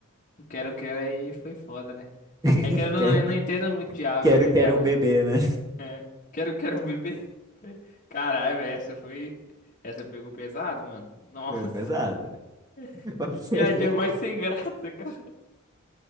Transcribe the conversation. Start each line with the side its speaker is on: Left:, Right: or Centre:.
Left: O Quero Quero aí foi foda, né?
Right: <laughs>
Left: É que eu não,
Right: Quero,
Left: eu não entendo muito de aves,
Right: quero,
Left: né,
Right: quero
Left: cara?
Right: um bebê, né?
Left: É. Quero Quero bebê. <laughs> Caralho, velho, essa foi. Essa pegou pesado, mano. Nossa,
Right: Foi pesado. <laughs>
Left: <laughs> que piadinha mais sem graça, cara.